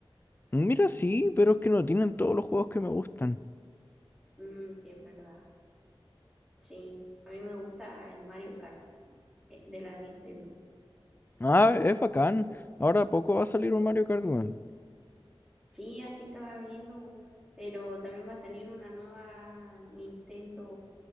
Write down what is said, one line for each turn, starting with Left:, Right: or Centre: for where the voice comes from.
Left: Mira, sí, pero es que no tienen todos los juegos que me gustan.
Centre: Mm, sí, es verdad. Sí, a mí me gusta el Mario Kart eh, de la Nintendo.
Left: Ah, es bacán. Ahora a poco va a salir un Mario Kart, weón.
Centre: Sí, así estaba viendo, pero también va a salir una nueva Nintendo,